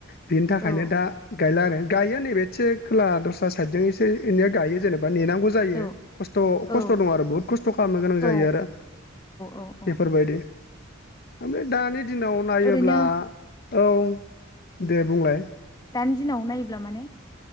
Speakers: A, on the left; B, on the left.
A: बेनि थाखायनो
B: औ
A: दा गायला आरो गायो नैबे एसे खोला दस्रा साइदजों एसे एैया गायो जेनेबा नेनांगौ जायो
B: औ
A: खस्थ'
B: औ
A: खस्थ' दं आरो बुहुत खस्थ' खालामनो गोनां जायो
B: औ
A: आरो।
B: औ औ
A: बेफोरबायदि ओमफ्राय दानि दिनाव नायो
B: ओरैनो
A: ब्ला औ दे बुंलाय
B: दानि दिनाव नायोब्ला माने